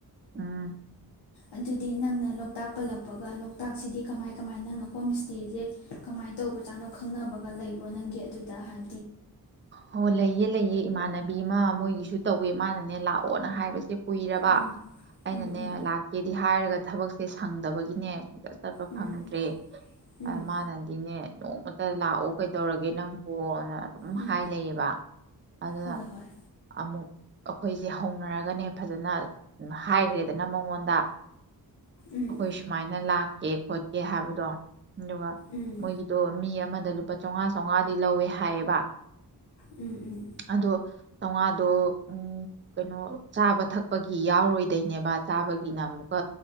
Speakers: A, on the right; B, on the left.
A: ꯎꯝ
B: ꯑꯗꯨꯗꯤ ꯅꯪꯅ ꯂꯣꯛꯇꯥꯛ ꯄꯟꯂꯛꯄꯒ ꯂꯣꯛꯇꯥꯛ ꯁꯤꯗꯤ ꯀꯃꯥꯏ ꯀꯃꯥꯏ ꯍꯣꯝ ꯏ꯭ꯁꯇꯦ ꯁꯦ ꯀꯃꯥꯏ ꯇꯧꯕ ꯖꯥꯠꯅꯣ ꯈꯪꯅꯕꯒ ꯂꯩꯕ꯭ꯔꯣ ꯅꯪꯒꯤ ꯑꯗꯨꯗ ꯍꯥꯏ
A: ꯍꯣ ꯂꯩꯌꯦ ꯂꯩꯌꯦ ꯏꯃꯥꯟꯅꯕꯤ ꯑꯃ ꯃꯣꯏꯒꯤꯁꯨ ꯇꯧꯑꯦ ꯃꯅꯥꯅꯦ ꯂꯥꯛꯑꯣꯅ ꯍꯥꯏꯕꯁꯦ ꯀꯨꯏꯔꯕ
B: ꯎꯝ
A: ꯑꯩꯅꯅꯦ
B: ꯎꯝ ꯎꯝ
A: ꯂꯥꯛꯀꯦꯗꯤ ꯍꯥꯏꯔꯒ ꯊꯕꯛꯁꯦ ꯁꯪꯗꯕꯒꯤꯅꯦ ꯀꯣꯏꯆꯠ ꯆꯠꯄ
B: ꯎꯝ
A: ꯐꯪꯗ꯭ꯔꯦ
B: ꯎꯝ
A: ꯑꯗ ꯃꯅꯗꯤꯅꯦ ꯅꯣꯡꯃꯇꯥ ꯂꯥꯛꯑꯣ ꯀꯩꯗꯧꯔꯒꯦ ꯅꯪꯕꯣꯅ ꯑꯗꯨꯝ
B: ꯎꯝ
A: ꯍꯥꯏ ꯂꯩꯌꯦꯕꯥ ꯑꯗꯨꯅ
B: ꯍꯣꯏ ꯍꯣꯏ
A: ꯑꯃꯨꯛ ꯑꯈꯣꯏꯁꯦ ꯍꯧꯅꯔꯒꯅꯦ ꯐꯖꯟ ꯍꯥꯏꯒꯤꯗꯟ ꯃꯉꯣꯟꯗ
B: ꯎꯝ
A: ꯑꯈꯣꯏ ꯁꯨꯃꯥꯏꯅꯥ ꯂꯛ <unintelligible> ꯐꯣꯠꯀꯦ ꯍꯥꯏꯕꯗꯣ ꯑꯗꯨꯒꯥ
B: ꯎꯝ
A: ꯃꯣꯏꯒꯤꯗꯣ ꯃꯤ ꯑꯃꯗ ꯂꯨꯄ ꯆꯉꯥ ꯆꯥꯡꯉꯥꯗꯤ ꯂꯧꯏ ꯍꯌꯦꯕ
B: ꯎꯝ ꯎꯝ
A: ꯑꯗꯣ ꯆꯉꯥꯗꯣ ꯎ ꯀꯔꯤꯅꯣ ꯆꯥꯕꯥ ꯊꯛꯄꯒꯤ ꯌꯥꯑꯣꯔꯣꯏꯗꯩꯅꯦꯕ ꯆꯕꯥꯒꯤꯅ ꯑꯃꯨꯛꯀꯥ